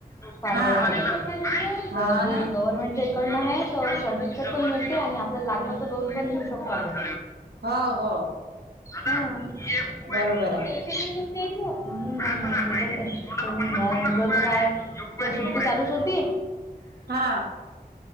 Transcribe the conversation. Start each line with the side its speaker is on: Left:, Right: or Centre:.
Left: पार्लर
Right: हा
Left: साठी
Right: हा
Left: अ हे
Right: ना
Left: गव्हर्नमेंटच्या पण ना हे सर्टिफिकेट पण मिळते आणि आपल्याला लागल तर लोन पण घेऊ शकतो आपण.
Right: ह हो.
Left: हा. मी म्हंटल
Right: बरोबर आहे
Left: जाऊद्या <unintelligible> लहान मुलाच काय. काय सुट्टी चालूच होती.
Right: हा